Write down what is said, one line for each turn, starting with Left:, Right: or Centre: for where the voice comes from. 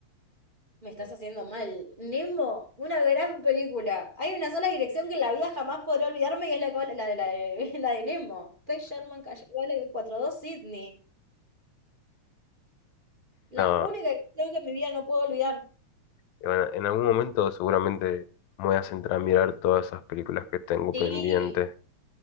Right: Me estás
Left: Eh,
Right: haciendo mal. Nemo, una gran película. Hay una sola dirección que en la vida jamás podré olvidarme y es la, col- la, de, la, de, <laughs> la de Nemo. P. Sherman Calle Valley 42 Sydney. La
Left: No,
Right: única dirección que en mi vida no puedo olvidar.
Left: y bueno, en algún momento seguramente me voy a centrar a mirar todas esas películas que tengo
Right: Sí.
Left: pendientes.